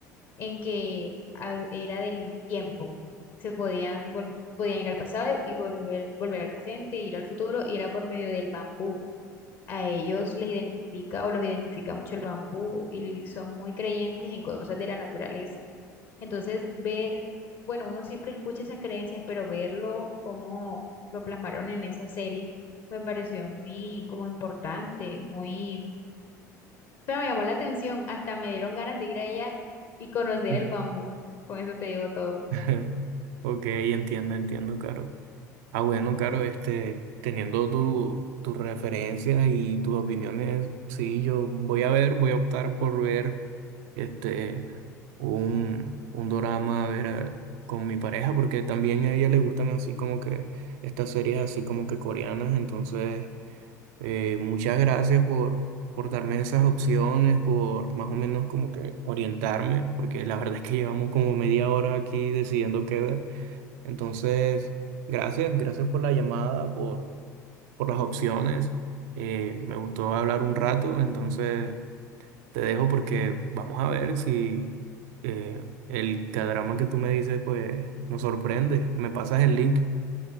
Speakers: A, on the left; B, on the right.
A: en que a- era del tiempo. Se podían, vol- podían ir al pasado y volver, volver al presente, ir al futuro, y era por medio del bambú. A ellos les identifica o los identifica mucho el bambú y son muy creyentes en cosas de la naturaleza. Entonces, ver, bueno, uno siempre escucha esas creencias, pero verlo como lo plasmaron en esa serie me pareció muy como importante, muy sea, me llamó la atención, hasta me dieron ganas de ir allá y conocer
B: Mm.
A: el bambú. Con eso te digo todo.
B: <laughs> Ok, entiendo, entiendo, Caro. Ah, bueno, Caro, este, teniendo tu, tus referencias y tus opiniones, sí, yo voy a ver, voy a optar por ver este, un, un dorama, a ver, eh, con mi pareja, porque también a ella le gustan así como que estas series así como que coreanas, entonces Eh, muchas gracias por, por darme esas opciones, por más o menos como que orientarme, porque la verdad es que llevamos como media hora aquí decidiendo qué ver. Entonces, gracias, gracias por la llamada, por, por las opciones. Eh, me gustó hablar un rato, entonces te dejo porque vamos a ver si eh, el cadrama que tú me dices pues nos sorprende. Me pasas el link.